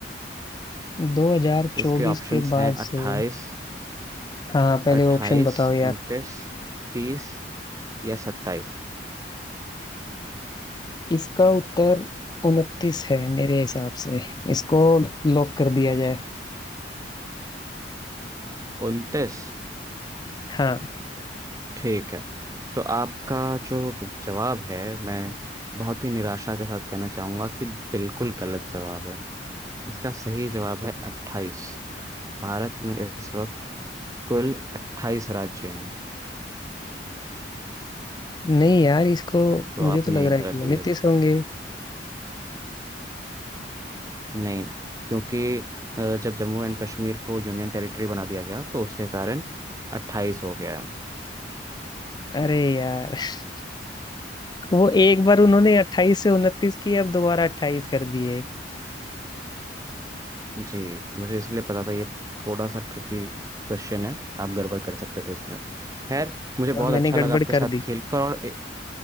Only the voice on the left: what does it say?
2024
के बाद
से हाँ पहले
ऑप्शन बताओ यार
इसका उत्तर उनतीस है मेरे हिसाब से इसको लॉक कर दिया जाए
हाँ
नहीं यार इसको
मुझे
तो लग रहा है
कि उनतीस
होंगे
अरे यार <laughs> वो एक बार उन्होंने अट्ठाईस से उनतीस की अब दोबारा अट्ठाईस कर दिए
और मैंने
गड़बड़
कर
दी